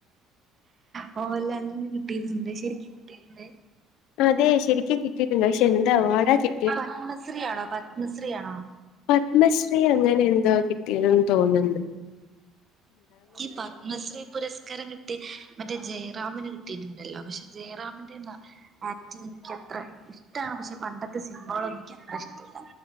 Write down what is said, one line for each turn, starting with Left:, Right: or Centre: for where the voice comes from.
Right: മോഹൻലാലിന് കിട്ടിയിട്ട്ണ്ട് ശര്ക്കും കിട്ടിയിട്ട്ണ്ട്.
Left: അതെ ശരിക്കും കിട്ടിട്ടുണ്ട്. പക്ഷെ എന്താ അവാഡാ കി
Right: പത്മശ്രീ ആണോ പത്മശ്രീ ആണോ
Left: പത്മശ്രീ അങ്ങനെ എന്തോ കിട്ടിയതെന്ന് തോന്ന്ണ്ട്.
Right: ഈ പത്മശ്രീ പുരസ് ക്കാരം കിട്ടി മറ്റേ ജയറാമിന് കിട്ടിയിട്ട്ണ്ടല്ലോ. പക്ഷെ ജയറാമിന്റെ ന്നാ ആക്റ്റിങ് ഇക്കത്ര ഇഷ്ടാ. പക്ഷെ പണ്ടത്തെ സിൻമകളൊന്നും എനിക്ക് അത്ര ഇഷ്ടല്ല.